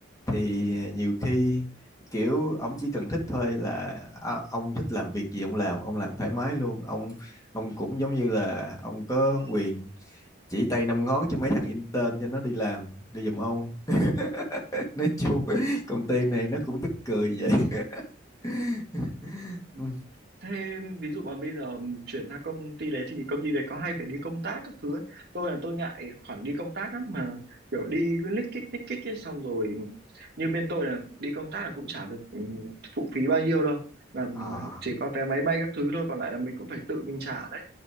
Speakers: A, on the left; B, on the right.
A: thì nhiều khi kiểu ông chỉ cần thích thôi là à, ông thích làm việc gì ông làm ông làm thoải mái luôn ông ông cũng giống như là ông có quyền chỉ tay năm ngón cho mấy thằng intern cho nó đi làm đi giùm ông <laughs> nói chung <laughs> công ty này nó cũng tức cười vậy <laughs>
B: Ừ.
A: Ừ.
B: Thế ví dụ mà bây giờ chuyển sang công ty đấy thì công ty đấy có hay phải đi công tác các thứ ấy. Tôi là tôi ngại khoản đi công tác lắm mà kiểu đi cứ lích kích lích kích ấy, xong rồi như bên tôi là đi công tác là cũng chả được ừ, phụ phí bao nhiêu đâu là
A: à,
B: chỉ có vé máy bay các thứ thôi còn lại là mình cũng phải tự mình trả đấy